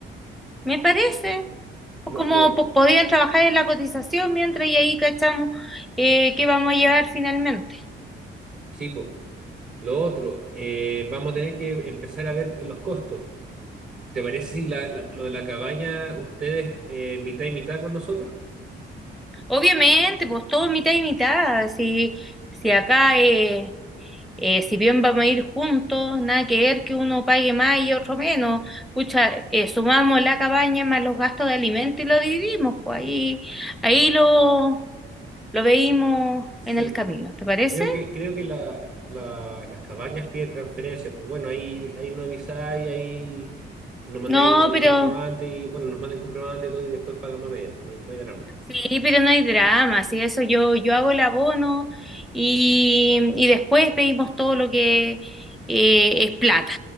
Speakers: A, in the centre; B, on the right.
A: me parece. Pues
B: Lo,
A: Como
B: lo,
A: pues, podrían trabajar en la cotización mientras y ahí cachamos eh, qué vamos a llevar finalmente.
B: sí, pues. Lo otro, eh, vamos a tener que empezar a ver los costos. ¿Te parece si la- la- lo de la cabaña ustedes eh, mitad y mitad con nosotros?
A: Obviamente, pues todo mitad y mitad. Si, si acá, eh, eh, si bien vamos a ir juntos, nada que ver que uno pague más y otro menos. Pucha, eh, sumamos la cabaña más los gastos de alimento y lo dividimos, pues ahí, ahí lo, lo veímos
B: Sí.
A: en el camino, ¿te parece?
B: Creo que, creo que la- la- las cabañas piden transferencia. Pues bueno, ahí, ahí no avisáis, ahí nos mandáis
A: No,
B: el, el
A: pero
B: comprobante y bueno, nos mandan el comprobante y todo y después pagamos a medias, pues no hay, no hay drama.
A: Sí, pero no hay drama, sí, eso yo, yo hago el abono y, y después pedimos todo lo que eh, es plata.